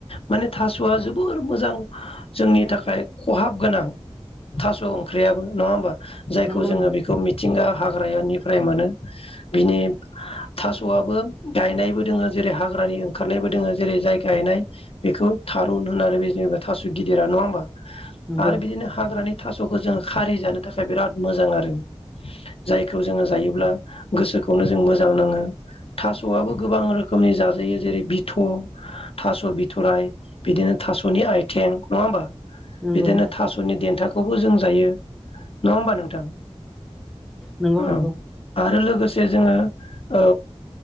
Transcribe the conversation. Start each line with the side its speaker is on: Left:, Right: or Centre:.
Left: माने थास'आ जोबोर मोजां जोंनि थाख थाखाय खहाब गोनां थास' ओंख्रियाबो नङा होमबा जायखौ
Centre: नंगौ
Left: जोङो बेखौ मिथिंगा हाग्रायानि फ्राय मोनो बिनि थास'आबो गायनायबो दोङो जेरै हाग्रानि ओंखारनायबो दोङो जेरै जाय गायनाय बेखौ थारुन होननानै बे जेनेबा थास गिदिरा नङा होमबा आरो
Centre: नंगौ
Left: बिदिनो हाग्रानि थास'खौ जों खारि जानो थाखाय बिराद मोजां आरो जायखौ जोङो जायोब्ला गोसोखौनो जों मोजां नाङो थास'आबो गोबां रोखोम रोखोमनि जाजायो जेरै बिथ, थास' बिथराय बिदिनो थासनि आइथिं नङा होमबा बिदिनो
Centre: नंगौ
Left: थास'नि देन्थाखौबो जों जायो नङा होमबा नोंथां
Centre: नंगौ
Left: औ
Centre: नंगौ
Left: आरो लोगोसे जोङो औ